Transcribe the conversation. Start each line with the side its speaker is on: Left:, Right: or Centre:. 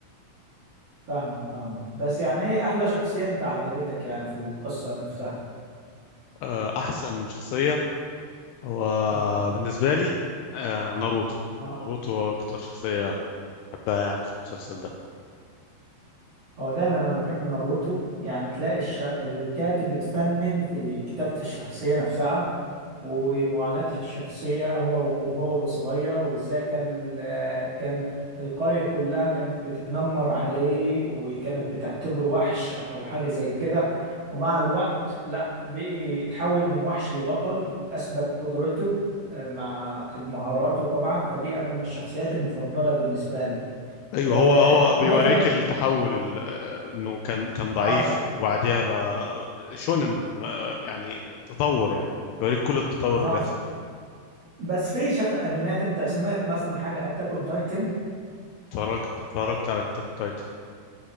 Right: فاهمك فاهمك بس يعني ايه احلى شخصية انت عجبتك يعني في القصة نفسها
Left: آه، احسن شخصية هو
Right: اه
Left: بالنسبة لي آه، ناروتو
Right: اه
Left: ناروتو هو اكتر شخصية بحبها يعني في المسلسل ده
Right: هو دايما انا بحب ناروتو يعني تلاقي الش... الكاتب اتفنن في كتابة الشخصية نفسها ومعاناة الشخصية هو وهو صغير وازاي كان ال... كان القرية كلها كانت بتتنمر عليه وكانت بتعتبره وحش او حاجة زي كده ومع الوقت لا بقي اتحول من وحش لبطل اثبت قدرته آه، مع مهاراته طبعا فدي انا من الشخصيات المفضلة بالنسبة لي
Left: ايوه
Right: آه،
Left: هو هو بيوريك
Right: مثلا
Left: التحول ال- آه، انه كان كان ضعيف
Right: اه يعني
Left: وبعديها بقى شونن آه، يعني تطور يعني بيوريك كل التطور
Right: اه
Left: اللي بيحصل فيه
Right: بس في شف... انميات انت سمعت مثلا حاجه اتاك اون تايتن
Left: اتفرجت اتفرجت على التاك تايتن